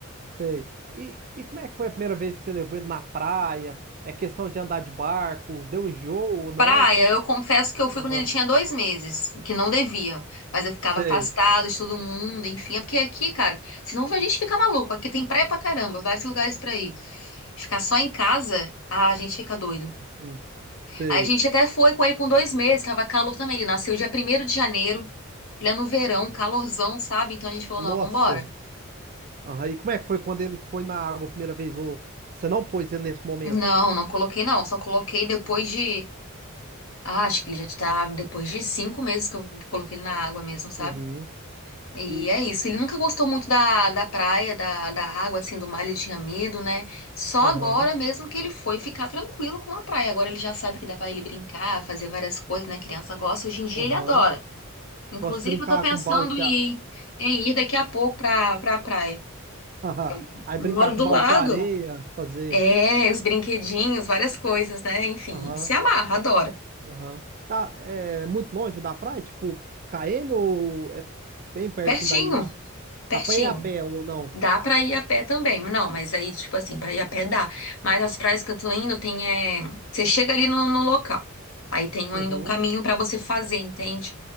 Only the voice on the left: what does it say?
Praia,
eu confesso que eu fui
quando ele tinha dois meses, que não devia, mas eu ficava
afastado de todo mundo, enfim, é porque aqui, cara, senão a gente fica maluco, aqui tem praia pra caramba, vários lugares pra ir, ficar só em casa, ah, a gente fica doido.
Aí a gente até foi com ele com dois meses, tava calor também, ele nasceu dia primeiro de janeiro, ele é no verão, calorzão, sabe, então a gente falou,
não, vambora.
Não, não coloquei não, só coloquei depois de, ah, acho que ele já tá, depois de cinco meses que eu coloquei ele na água mesmo, sabe?
E
é isso. Ele nunca gostou muito da, da praia, da, da água, assim, do mar, ele tinha medo, né? Só
agora mesmo que ele foi ficar tranquilo com a praia. Agora ele já sabe que dá pra ele brincar, fazer várias coisas, né? Criança gosta. Hoje em dia
ele adora. Inclusive,
eu tô pensando
em,
em ir daqui a pouco pra, pra praia.
Eu
moro do
lado.
É,
os brinquedinhos, várias coisas, né? Enfim,
ele se amarra, adora.
Pertinho,
pertinho.
Dá pra ir a pé também. Não, mas aí, tipo assim, pra ir a pé dá. Mas as praias que eu tô indo, tem, é... Você chega ali no, no local. Aí tem
ainda um caminho pra você fazer, entende?